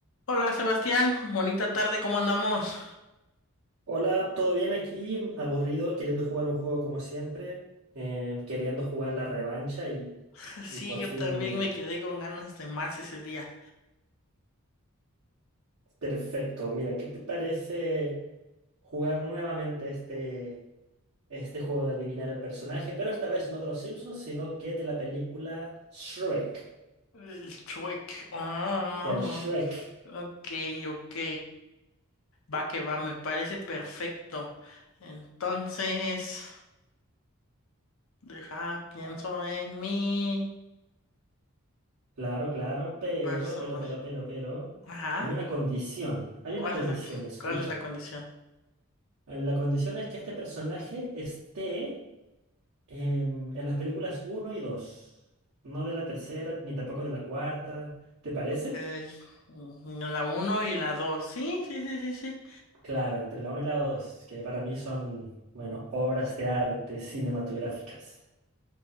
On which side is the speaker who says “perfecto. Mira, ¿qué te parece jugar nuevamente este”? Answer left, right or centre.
Right